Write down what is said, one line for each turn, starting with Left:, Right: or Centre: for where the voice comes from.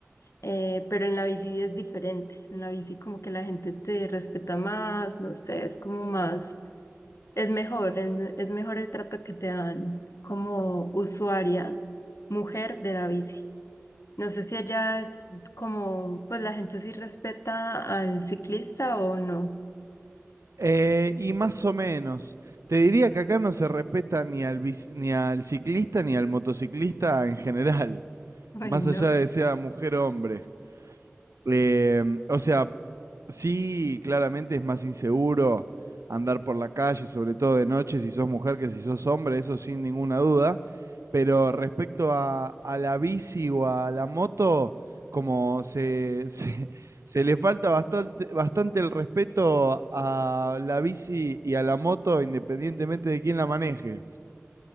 Left: Eh, pero en la bici es diferente. En la bici como que la gente te respeta más, no sé, es como más... Es mejor, el- es mejor el trato que te dan como usuaria, mujer de la bici. No sé si allá es como, pues la gente sí respeta al ciclista o no.
Right: Eh, y más o menos, te diría que acá no se respeta ni al, bici- ni al ciclista ni al motociclista en general, <laughs>
Left: <laughs> Ay,
Right: más
Left: no.
Right: allá de sea mujer o hombre. Eh, o sea, Sí, claramente es más inseguro andar por la calle, sobre todo de noche, si sos mujer que si sos hombre, eso sin ninguna duda. Pero respecto a, a la bici o a la moto, como se, se, <laughs> se le falta bastante, bastante el respeto a la bici y a la moto, independientemente de quién la maneje.